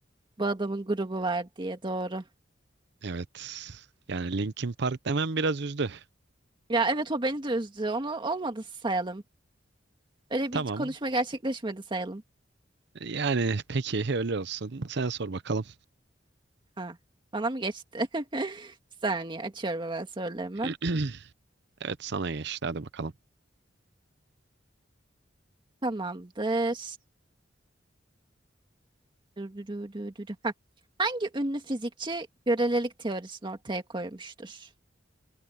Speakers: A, on the right; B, on the right.
A: Bu adamın grubu var diye doğru.
B: Evet. Yani Linkin Park demem biraz üzdü.
A: Ya evet o beni de üzdü. Onu olmadı sayalım. Öyle
B: Tamam.
A: bir konuşma gerçekleşmedi sayalım.
B: Yani peki öyle olsun. Sen sor bakalım.
A: Ha, bana mı geçti? <laughs> Bir saniye açıyorum hemen sorularımı.
B: <clears throat> Evet sana geçti. Hadi bakalım.
A: Tamamdır. Dü dü dü dü dü dü. Ha. Hangi ünlü fizikçi görelilik teorisini ortaya koymuştur?